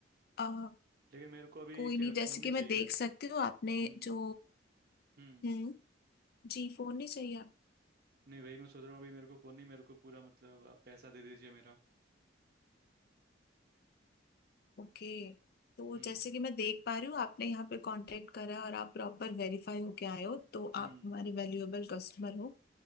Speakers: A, on the left (about 55°); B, on the right (about 55°).
A: आ,
B: लेकिन मेरे को अभी
A: कोई
B: क्या
A: नहीं
B: फ़ोन
A: जैसे
B: नहीं
A: कि
B: चाहिए
A: मैं देख सकती हूँ आपने
B: हम्म
A: जो
B: हम्म
A: हम्म जी फोन नहीं चाहिए
B: नहीं वही मैं सोच रहा हूँ अभी मेरे को फ़ोन नहीं मेरे को पूरा मतलब आप पैसा दे दीजिए मेरा
A: ओके तो
B: हम्म
A: जैसे कि मैं देख पा रही हूँ आपने यहाँ पे कांटेक्ट करा और आप प्रॉपर वेरीफाई होके आए हो तो आप
B: हम्म
A: हमारे वैल्यूएबल कस्टमर हो